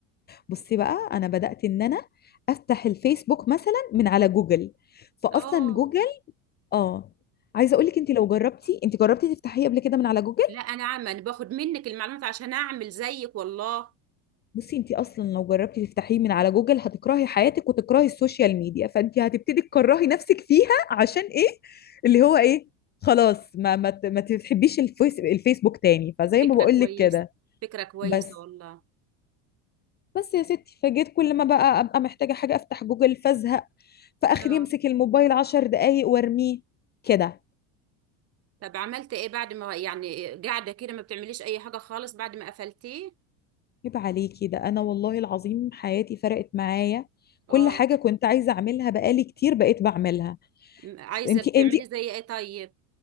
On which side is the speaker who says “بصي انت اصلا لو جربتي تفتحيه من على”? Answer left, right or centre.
Left